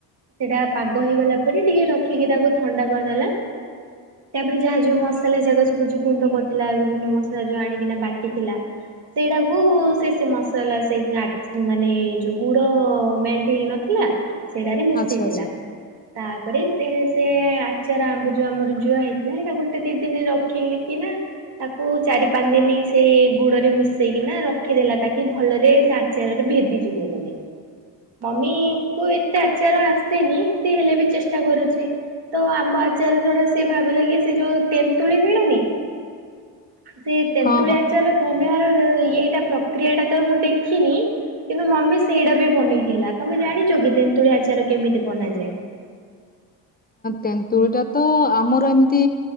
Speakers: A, on the right (about 65°); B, on the left (about 20°).
A: ସେଟା ପାଗ ହେଇଗଲା ପରେ ଟିକେ ରଖିକି ତାକୁ ଥଣ୍ଡା କରିଦେଲା। ତାପରେ ଯାହା ଯୋଉ ମସଲା ଯାକ ସବୁ ଯୋଉ ଗୁଣ୍ଡ କରିଥିଲା ବିଭିନ୍ନ ମସଲା ଯୋଉ ଆଣିକିନା ବାଟିଥିଲା ସେଇଟା କୁ ସେ ମସଲା ସେ ମାନେ ଯୋଉ ଗୁଡ ମେଲ୍ଟ ହେଇ ନଥିଲା ସେଇଡ଼ାରେ ମିସେଇଦେଲା।
B: ଆଚ୍ଛା ଆଚ୍ଛା
A: ତାପରେ ସେ ଆଚାର ଆମ୍ବ ଯୋଉ ଆମର ଜୁଆ ହେଇଥିଲା ସେଇଟା ଗୋଟେ ଦି ଦିନ ରଖି କିିନା ତାକୁ ଚାରି ପାଞ୍ଚ ଦିନ ସେ ଗୁଡ ରେ ମିଶେଇ ନା ରଖିଦେଲା। ତାକି ଭଲରେ ସେ ଆଚାରରେ ଭେଦିଯିବ ବୋଲି। ମମି କୁ ଏତେ ଆଚାର ଆସେନି ସେ ହେଲେ ବି ଚେଷ୍ଟା କରୁଚି। ତ ଆମ୍ୱ ଆଚାର ସେଟା ସିଏ ଭାବିଲେ କି ସେ ଯୋଉ ତେନ୍ତୁଳି ମିଳୁନି ସେ ତେନ୍ତୁଳି
B: ହଁ
A: ଆଚାର ବନେଇବାର ଇଏଟା ପ୍ରକ୍ରିୟା ଟା ତ ମୁଁ ଦେଖିନି କିନ୍ତୁ ମମି ସେଇଟା ବି ବନେଇଥିଲା। ତମେ ଜାଣିଛ କି ତେନ୍ତୁଳି ଆଚାର କେମିତି ବନାଯାଏ?
B: ତେନ୍ତୁଳି ଟା ତ ଆମର ଏମିତି